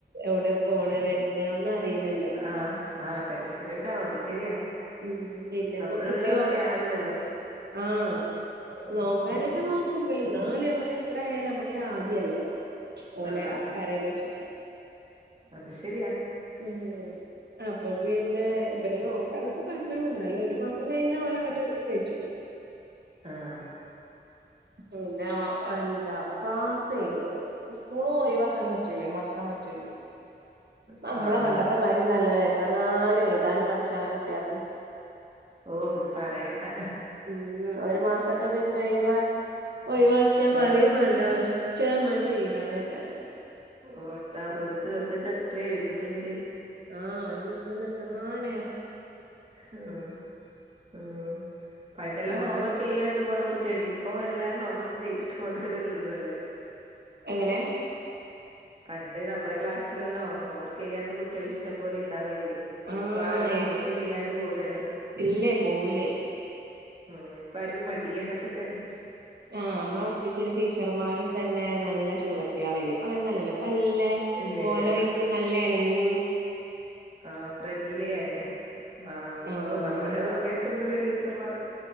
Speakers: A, on the right; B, on the right.
A: എവിടെ പോണ വരണ ഒന്നും അറീല്ലല്ലോ
B: ആഹ് ആഹ് ടെൻഷന്ണ്ടാവും അത് ശെരിയാ
A: ഉം പിന്നെപ്പോ
B: നമ്മള്‌ല്ലപോലെ
A: കിട്ടിയോ
B: ആവുല്ലല്ലോ
A: ആഹ് നോക്കാനൊക്കെ
B: ഉം
A: നോക്കും ബല് ന്നാലും നമ്മക്ക് എത്ര ആയാലും നമ്മുക്കന ആദ്യല്ലേതോ ഓലെ
B: ആഹ്
A: കാര്യാലൊയ്ച്ചു മ്പോ
B: അത് ശെരിയാ
A: ഉം അപ്പൊ പിന്നെ ഇബലെനോ ത്‌പ്പ പറഞ്ഞ വന്നാല് ഒരു മാസം കഴിഞ്ഞ ഓലങ്ങട്ട് കെറ്റിടും
B: ആഹ്
A: പിന്നെ ഒ എന്താ ക്ലാസെയ്‌- ഉസ്കൂളും ഒയ്‌വാക്കാം പറ്റൂലേ മൊട്ക്കാം പറ്റൂലെ
B: <inaudible>
A: പ്പ മ്മളെ
B: ആഹ്
A: പണ്ടത്തെമാതിരി ഒന്നല്ലല്ലേ ത്രങ്ങാന എയ്താനും പഠിച്ചാനാ കുട്ട്യാൾക്ക്
B: ഓ പിന്നെ പറയണ്ട
A: ഉം ഉം ഒരു മാസൊക്കെ പിന്നെഴിവാ ഒഴിവാക്കിയാ പറിം
B: ആഹ്
A: മാണ്ട ഇശ്ചമാതിരി എഴ്താനേക്കാരം
B: ഓട്ടാ ഒരു ദിവസത്തെ എത്ര എഴുതുന്നിവര്
A: ആഹ് ഒരു ദിവസ്ത്തന്നെ എത്രങ്ങാനേ
B: ഉം ഉം പണ്ടെല്ലാം
A: ഞമ്മൾ
B: ഹോംവർക്ക് ചെയ്യാണ്ട് പോന്ന കുട്ട്യാ <unintelligible> ഇപ്പം എല്ലാരും ഹോംവർക്ക് ചെയ്തിട്ട് പോകുന്നവരേ ഉള്ളൂ അല്ലേ
A: എങ്ങനെ
B: പണ്ട് നമ്മളെ ക്ലാസ്സിലല്ലോ ഹോം വർക്കയ്യാത്ത കുട്ട്യേള് ഇഷ്ടം പോലെ ഉണ്ടാവലില്ലേ
A: ആഹ്
B: ഇപ്പൊ ആരും ഹോംവർക്ക് ചെയ്യാണ്ട് പോവൂലല്ലോ
A: ഇല്ലേ പോവൂലേ
B: ആ ഇപ്പ ആരിക്കും മടി അങ്ങത്തെക്കൊര്
A: ആ അമ്മളെ പഠിപ്പിച്ചീന ടീച്ചർമാരും തന്നെ നല്ല ചൂടത്യാളേനു പ്പങ്ങനൊന്നു അല്ലല്ലോ പ്പല്ലെ
B: ഇല്ല
A: ഓലായ്ട്ടും
B: ഇല്ല
A: നല്ലെ എണങ്ങിം
B: ആ ഫ്രണ്ട്ലി അല്ലേ ആ
A: ആഹ്
B: ഓ നമ്മളെ സമയത്തുള്ള ടീച്ചർമാർ